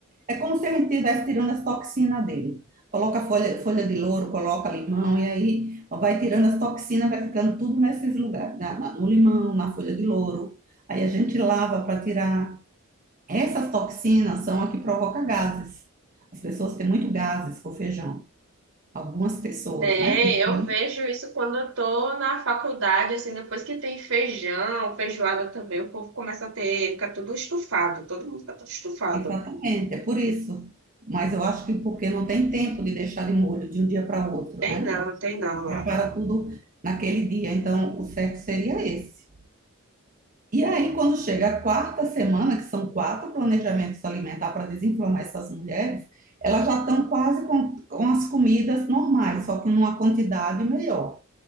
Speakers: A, on the right; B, on the right.
A: É como se a gente estivesse tirando as toxinas dele. Coloca folha, folha de louro, coloca limão, e aí vai tirando as toxinas, vai ficando tudo nesses lugares, na- no limão, na folha de louro. Aí a gente lava para tirar. Essas toxinas são a que provoca gases. As pessoas têm muito gases com feijão. Algumas pessoas,
B: Tem,
A: né? Então,
B: eu vejo isso quando eu tô na faculdade, assim, depois que tem feijão, feijoada também, o povo começa a ter, fica tudo estufado, todo mundo fica todo estufado.
A: Exatamente, é por isso. Mas eu acho que porque não tem tempo de deixar de molho de um dia para outro,
B: Tem
A: né?
B: não,
A: Eu acho
B: tem não
A: que
B: lá.
A: prepara tudo naquele dia. Então, o certo seria esse. E aí, quando chega a quarta semana, que são quatro planejamentos alimentar para desinflamar essas mulheres, elas já estão quase com, com as comidas normais, só que numa quantidade melhor.